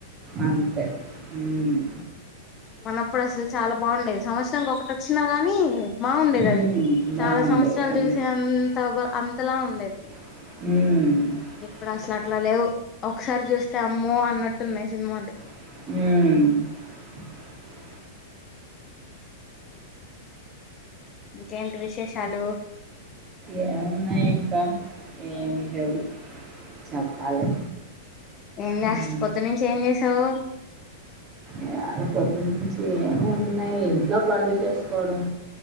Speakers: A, on the right; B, on the left.
A: అంతే మ్మ్
B: మనప్పుడు అసలు చాలా బాగుండేది సంవచ్ ఒకటి వచ్చినా గాని బాగుండేది
A: హ్మ్.
B: అది
A: బావుంది.
B: చాలా సంవత్సరాలు
A: అవును.
B: చూసే అంత బా అలా ఉండేది
A: మ్
B: ఇప్పుడు అసలు అట్లా లేవు ఒకసారి చూస్తే అమ్మో అన్నట్టున్నాయి సినిమాలు
A: మ్
B: ఇంకేంటి విశేషాలు
A: ఏమున్నాయి ఇంకా ఏమిీ లేవు చెప్పాలి
B: ఏం
A: హ్మ్.
B: చే పొద్దు నుంచి ఏం చేసావు
A: ఇయాళ పొద్దు నుంచి ఏమి ఉన్నాయి ఇంట్లో పనులు చేసుకోవడం